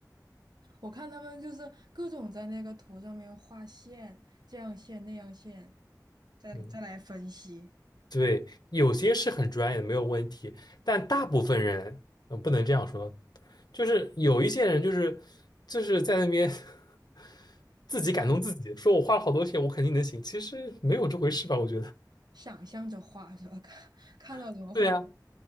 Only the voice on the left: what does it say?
嗯。对，有些是很专业的，没有问题，但大部分人，嗯，不能这样说，就是有一些人，就是就是在那边 <laughs> 自己感动自己，
说我花了好多钱，我肯定能行，其实没有这回事吧？我觉得。
<laughs> 对呀，